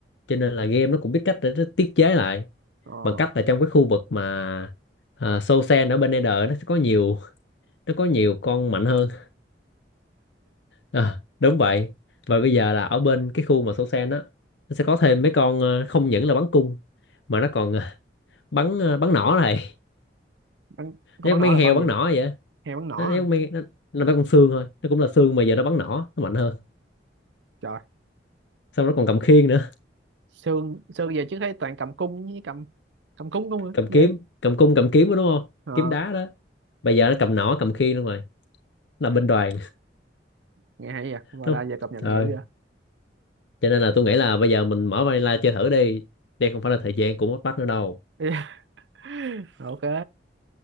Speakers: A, on the left; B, on the right.
A: cho nên là game nó cũng biết cách để nó tiết chế lại
B: ờ
A: bằng cách là trong cái khu vực mà uh, Soul Sand ở bên Ender nó sẽ có nhiều <laughs> nó có nhiều con mạnh hơn. Ờ, đúng vậy. Và bây giờ là ở bên cái khu mà Soul Sand á nó sẽ có thêm mấy con ờ, không những là bắn cung mà nó còn ờ, bắn ờ, bắn nỏ này.
B: bắn
A: <laughs>
B: con
A: Nó
B: bắn
A: giống
B: nỏ
A: mấy
B: là
A: con heo
B: con gì
A: bắn nỏ vậy. á.
B: heo bắn nỏ
A: Nó
B: hả
A: giống mấy nó, nó, nó con xương thôi, nó cũng là xương mà giờ nó bắn nỏ, nó mạnh hơn.
B: trời
A: Xong nó còn cầm khiên nữa.
B: xương xương về chứ thấy toàn cầm cung với cầm cầm cung không rồi
A: cầm
B: vậy
A: kiếm cầm cung cầm kiếm đó đúng không
B: ờ
A: kiếm đá đó bây giờ nó cầm nỏ cầm khiên luôn rồi nó là binh đoàn
B: nghe hay vậy
A: <laughs>
B: và
A: đúng
B: là
A: không
B: giờ cập nhật
A: rồi
B: nhiều vậy
A: cho nên là tôi nghĩ là bây giờ mình mở vanilla chơi thử đi đây không phải là thời gian của mất bắt nữa đâu
B: <laughs> ok